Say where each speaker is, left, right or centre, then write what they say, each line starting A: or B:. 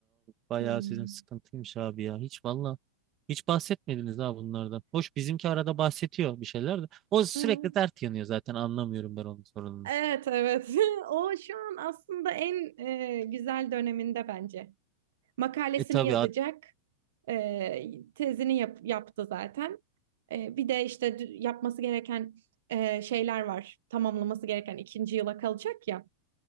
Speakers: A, on the right; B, on the right.
A: bayağı
B: Hmm.
A: sizin sıkıntıymış abi ya. Hiç valla hiç bahsetmediniz ha bunlardan. Hoş bizimki arada bahsediyor bir şeyler de. O sürekli
B: Hı.
A: dert yanıyor zaten anlamıyorum ben onun sorununu.
B: Evet evet. <laughs> O şu an aslında en e, güzel döneminde bence. Makalesini
A: E tabii
B: yazacak.
A: ad-
B: E, tezini yap- yaptı zaten. E, bir de işte dü- yapması gereken e, şeyler var. Tamamlaması gereken ikinci yıla kalacak ya.